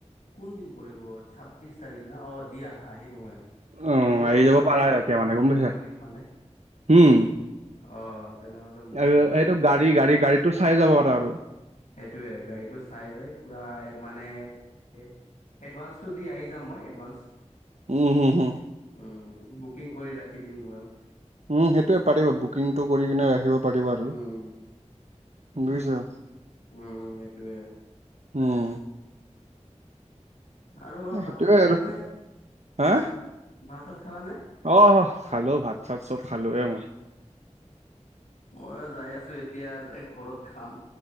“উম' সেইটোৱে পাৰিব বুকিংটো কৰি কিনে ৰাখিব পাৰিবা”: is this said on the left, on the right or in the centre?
Right